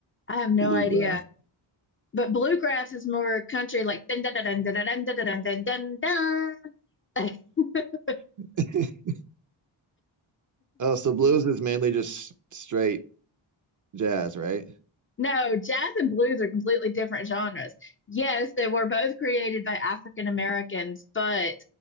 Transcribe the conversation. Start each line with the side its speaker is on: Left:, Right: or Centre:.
Left: I have no
Right: Bluegrass.
Left: idea. But bluegrass is more country, like dun dun dun dun dun dun dun dun dun dun dun. <laughs>
Right: <laughs> Oh, so blues is mainly just straight jazz, right?
Left: No, jazz and blues are completely different genres. Yes, they were both created by African Americans, but